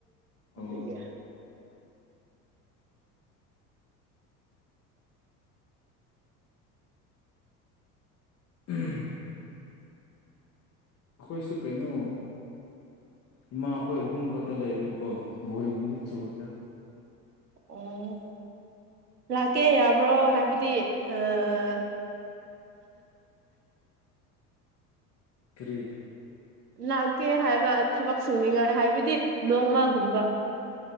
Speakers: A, on the left; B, on the right.
A: ꯑꯣ
B: ꯑꯗꯨꯗꯒꯤ
A: ꯎꯝ ꯑꯩꯈꯣꯏꯁꯨ ꯀꯩꯅꯣ ꯏꯃꯥꯈꯣꯏ ꯑꯍꯨꯝ ꯈꯛꯇ ꯂꯩꯕꯤꯀꯣ ꯕꯣꯔꯤꯡꯗꯤ ꯆꯨꯗ
B: ꯑꯣ ꯂꯥꯛꯀꯦ ꯌꯥꯕ꯭ꯔꯣ ꯍꯥꯏꯕꯗꯤ ꯑꯥ
A: ꯀꯔꯤ
B: ꯂꯥꯛꯀꯦ ꯍꯥꯏꯕ ꯊꯕꯛ ꯁꯨꯅꯤꯡꯉꯥꯏ ꯍꯥꯏꯕꯗꯤ ꯅꯣꯡꯃꯒꯨꯝꯕ